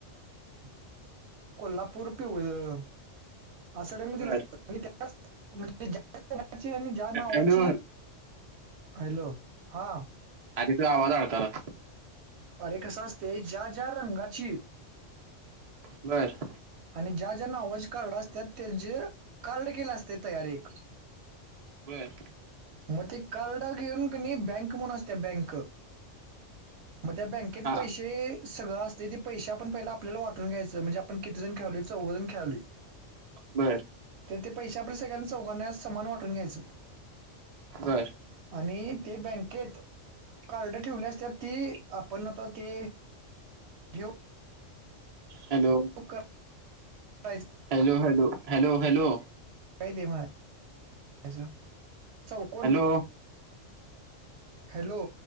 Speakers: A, on the right (about 65°); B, on the right (about 45°).
A: <inaudible> कोल्हापूर पिवळं असं रंग
B: बर
A: दिला <inaudible> आणि त्यात <unintelligible> आणि ज्या नावाची,
B: हॅलो
A: हॅलो हां?
B: आर तुजा आवाज अडकायला.
A: अरे कसं असतंय ज्या-ज्या रंगाची
B: बरं.
A: आणि ज्या ज्या नावाची कार्ड असत्यात त्या जे कार्ड केलं असतंय तयार एक.
B: बर
A: मग ते कार्ड घेऊन कणी बँक म्हणून असतीया बँक मग त्या बँकेत
B: हा
A: पैशे ते सगळं असतंय ते पैशे आपण पहिला आपल्याला वाटून घ्यायचं, म्हणजे आपण किती जण खेळायलोय चौघ जण खेळायलो.
B: बर.
A: तर ते पैशे आपल्या सगळ्यांना चौघांना समान वाटून घ्यायचं.
B: बर
A: आणि ते बँकेत कार्ड ठेवली असत्यात ती आपण आता ते हे
B: hello?
A: <unintelligible>
B: Hello, hello, hello, hello?
A: काय ते म्हणं <unintelligible> चौकोण,
B: हॅलो
A: हॅलो?